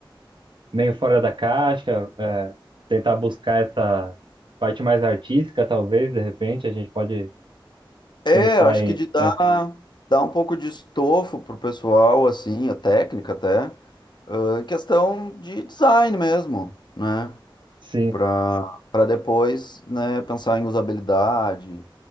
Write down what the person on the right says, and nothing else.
meio fora da caixa, é, tentar buscar essa parte mais artística, talvez, de repente, a gente pode
pensar
em.
É,
sim,